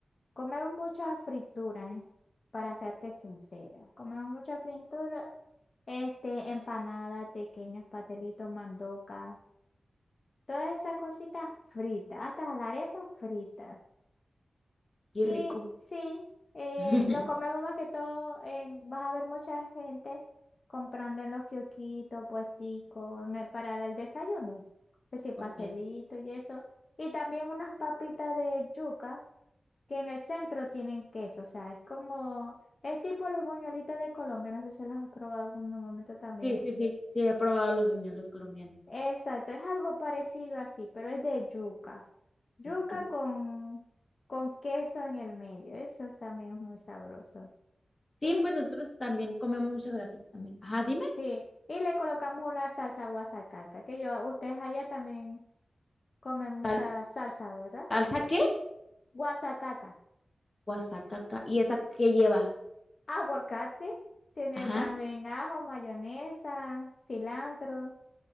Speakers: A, on the left; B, on the left.
A: Comemos mucha fritura, eh, para serte sincera. Comemos mucha fritura, este, empanada, pequeños patelitos, mandoca, todas esas cositas fritas, hasta la arepa frita.
B: Qué
A: Y
B: rico.
A: sí, eh,
B: <laughs>
A: lo comemos más que todo en, vas a ver mucha gente comprando en los kiosquitos, puesticos, en el- para el desayuno. Que sí, pastelito
B: Ok.
A: y eso. Y también unas papitas de yuca que en el centro tienen queso. O sea, es como, es tipo los buñuelitos de Colombia. No sé si las has probado en algún momento también.
B: Sí, sí, sí. Sí, he probado los buñuelos colombianos.
A: Exacto, es algo parecido así, pero es de yuca. Yuca
B: Sí, tú.
A: con, con queso en el medio, eso es- también es muy sabroso. Y
B: Sí, pues nosotros también comemos mucha grasa. También. Ajá, dime.
A: sí, y le colocamos una salsa guasacaca, que yo, ustedes allá también comen mucha
B: ¿Sal-
A: salsa, ¿verdad?
B: ¿Salsa qué?
A: Guasacaca.
B: Guasacaca. ¿Y esa qué lleva?
A: Aguacate, tiene
B: Ajá.
A: también ajo, mayonesa, cilantro.